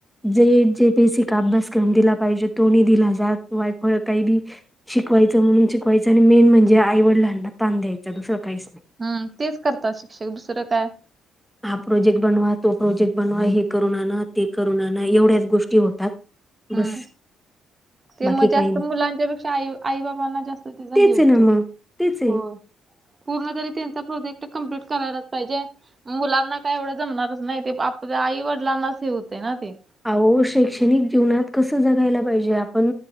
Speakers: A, in the centre; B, on the right (about 30°).
A: जे जे पेसिक अभ्यास करून दिला पाहिजे, तोणी दिला जात वायपळ काही बी शिकवायचं म्हणून शिकवायचं आणि मेन म्हणजे, आईवडलांना तण द्यायचं दुसरं काहीच नाही.
B: ह तेच करतात शिक्षक दुसरं काय.
A: हा प्रोजेक्ट बनवा, तो प्रोजेक्ट बनवा, हे करून आण, ते करून आण, एवढ्याच गोष्टी होतात.
B: हम्म
A: बस.
B: ते
A: बाकी
B: मग जास्त
A: काही नाही
B: मुलांच्या पेक्षा आई आई बाबांना जास्त त्याचा
A: तेच
B: हेवतोय,
A: आहे ना मग तेच आहे.
B: होय. पूर्ण तरी त्यांचा प्रोजेक्ट कम्प्लीट करायलाच पाहिजे. मुलांना काय एवढं जमणारच नाही, ते आपल्या आई वडिलांनाच होते ना ते,
A: अह शैक्षणिक जीवनात कसं जगायला पाहिजे. आपण